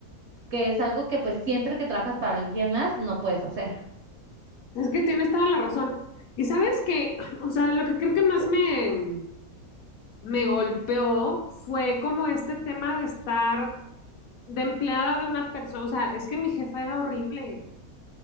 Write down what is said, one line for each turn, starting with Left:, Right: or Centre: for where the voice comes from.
Right: que es algo que pues siempre que trabajas para alguien más no puedes hacer.
Left: Es que tienes toda la razón. Y sabes que, <clears throat> o sea, lo que creo que más me, me golpeó fue como este tema de estar de empleada de una persona. O sea, es que mi jefa era horrible.